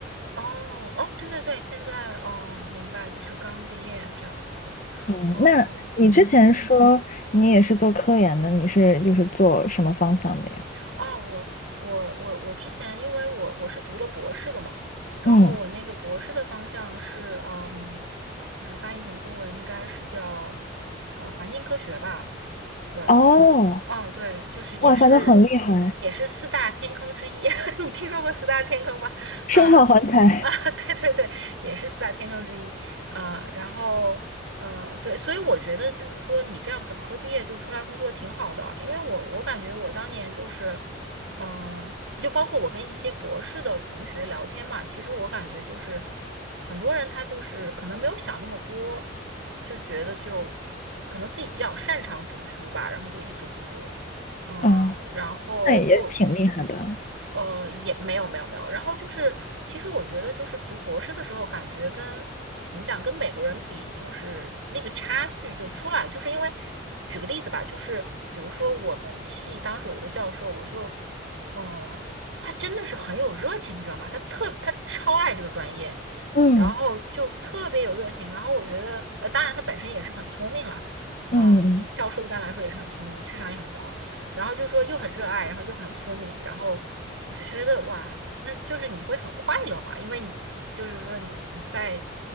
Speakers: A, on the right; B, on the left.
A: 哦哦，对对对，现在哦，明白，就是刚毕业这样子。
B: 嗯，
A: 哦，
B: 那你之前说你也是做科研的，
A: 嗯，
B: 你是就是做什么方向的呀？
A: 哦，我我我我之前因为我我是读了博士的嘛，然后我那个博士的方向是嗯，
B: 嗯，
A: 就是翻译成中文应该是叫呃环境科学吧。对，
B: 哦，
A: 哦，对，就是也是
B: 哇塞，那很厉害，
A: 也是四大天坑之一。<laughs> 你听说过四大天坑吗？嗯啊，
B: 生化 <laughs> 环材，
A: <laughs> 对对对，也是四大天坑之一。嗯，然后呃，对，所以我觉得就是说，你这样本科毕业就出来工作挺好的，因为我我感觉我当年就是，嗯、就包括我跟一些博士的同学聊天嘛，其实我感觉就是很多人他就是可能没有想那么多。就觉得就可能自己比较擅长读书吧，然后就一直读，嗯，
B: 啊，
A: 然后就
B: 那也挺厉害的。
A: 呃，也没有没有没有。然后就是，其实我觉得就是读博士的时候，感觉跟怎么讲，跟美国人比，就是那个差距就出来了。就是因为举个例子吧，就是比如说我们系当时有一个教授，我就嗯，他真的是很有热情，你知道吗？他特他超爱这个专业，
B: 嗯
A: 然后就特别有热情。然后我觉得，呃，当然他本身也是很聪明了，呃，
B: 嗯嗯。
A: 教授一般来说也是很聪明，智商也很高，然后就说又很热爱，然后又很聪明，然后我就觉得哇，那就是你会很快乐嘛，因为你就是说你你在